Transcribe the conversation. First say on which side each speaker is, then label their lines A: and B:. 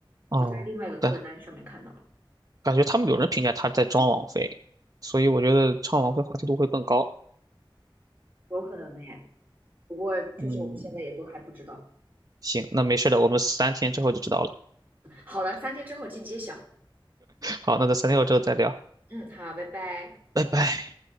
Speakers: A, on the right; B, on the right.
A: 哦。
B: 我在另外一个歌单上面看到了，
A: 对。感觉他们有人评价他在装王菲，所以我觉得唱王菲话题度会更高。
B: 有可能耶。不过确实我们现在也都还不知道。
A: 嗯，行，那没事的，我们三天之后就知道了。
B: 好的，三天之后见揭晓。
A: 好，那在三天后之后再聊，
B: 嗯，好，拜拜。
A: 拜拜。